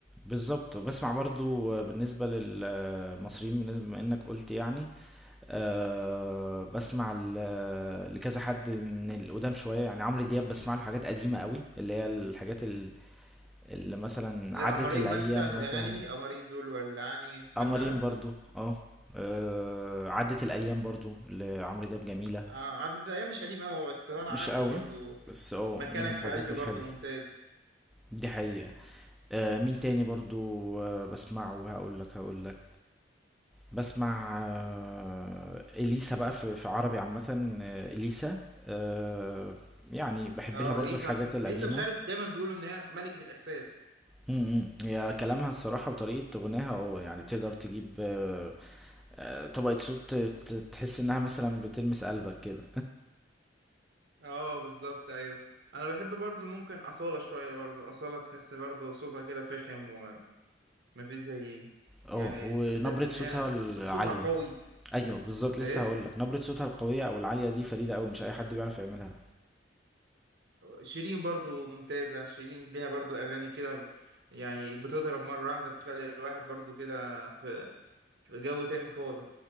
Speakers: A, in the centre; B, on the right (about 65°).
A: بالظبط وبسمع برضو آه، بالنسبة للمصريين بالنسبة ما انك قلت يعني أه بسمع ل- لكذا حد من القدام شوية يعني عمرو دياب بسمع له حاجات قديمة قوي اللي هي الحاجات ال- اللي مثلا
B: لا
A: عدت
B: قمرين
A: الأيام
B: مثلا من الاغاني
A: مثلا
B: دي قمرين دول ولعانين مثلا
A: قمرين برضو اه آه، عدت الأيام برضو لعمرو دياب جميلة
B: اه عدد الايام مش قديم قوي بس انا
A: مش
B: عارفه
A: قوي
B: برضه
A: بس اه
B: مكانك
A: من الحاجات
B: في قلبي
A: الحلوة
B: برضو ممتاز
A: دي حقيقة آه مين تاني برضو آه بسمعه هقول لك هقول لك بسمع آه اليسا بقى في, في عربي عامة آه اليسا آه يعني بحب
B: اه
A: لها برضو
B: اليسا
A: الحاجات القديمة
B: اليسا مش عارف دايما بيقولوا ان هي ملكة الاحساس
A: م- م. هي كلامها الصراحة وطريقة غناها اه يعني بتقدر تجيب آه، آه، طبقة صوت ت- ت- تحس انها مثلا بتلمس قلبك كده
B: اه بالظبط ايوه انا بحب برضو ممكن أصالة شوية برضو أصالة تحس برضو صوتها كده فخم ومفيش زي
A: اه
B: يعني
A: ونبرة
B: تحس ان
A: صوتها
B: هي
A: العالية
B: ص- صوتها قوي
A: ايوه بالظبط لسه
B: ايه
A: هقول لك نبرة صوتها القوية او العالية دي فريدة قوي مش اي حد بيعرف يعملها
B: شيرين برضو ممتازة شيرين ليها برضو اغاني كده يعني بتضرب مرة واحدة بتخلي الواحد برضو كده في في جو تاني خالص